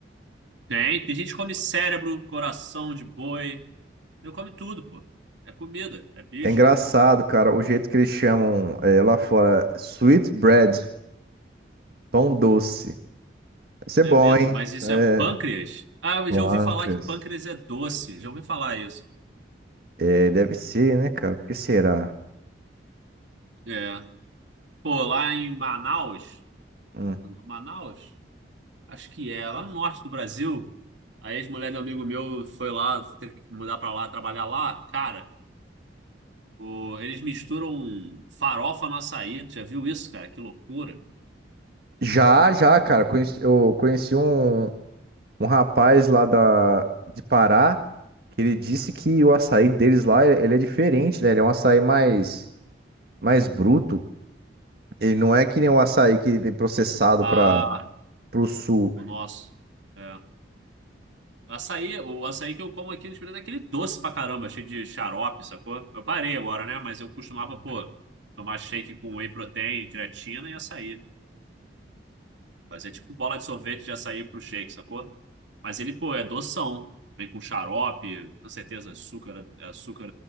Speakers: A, on the right; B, on the right.
A: Tem, tem gente que come cérebro, coração de boi. Eu come tudo, pô. É comida, é bicho.
B: É engraçado, cara, o jeito que eles chamam é, lá fora, sweet bread. Pão doce. Deve ser
A: É
B: bom,
A: mesmo,
B: hein?
A: mas isso
B: É,
A: é pâncreas? Ah, eu
B: pâncreas.
A: já ouvi falar que pâncreas é doce. Já ouvi falar isso.
B: É, deve ser, né, cara? Por que será?
A: É. Pô, lá em Manaus,
B: Hum.
A: Manaus? Acho que é, lá no norte do Brasil, a ex-mulher de um amigo meu foi lá, teve que mudar pra lá, trabalhar lá. Cara, o- eles misturam farofa no açaí. Tu já viu isso, cara? Que loucura.
B: Já, já, cara. Conheci, eu conheci um, um rapaz lá da, de Pará que ele disse que o açaí deles lá, ele é diferente, né? Ele é um açaí mais, mais bruto. Ele não é que nem o açaí que vem processado
A: Ah,
B: para pro sul.
A: o nosso. É. Açaí, o açaí que eu como aqui no Espírito é aquele doce pra caramba, cheio de xarope, sacou? Eu parei agora, né? Mas eu costumava, pô, tomar shake com whey protein, creatina e açaí. Mas é tipo bola de sorvete de açaí pro shake, sacou? Mas ele, pô, é doção. Vem com xarope, com certeza açúcar, açúcar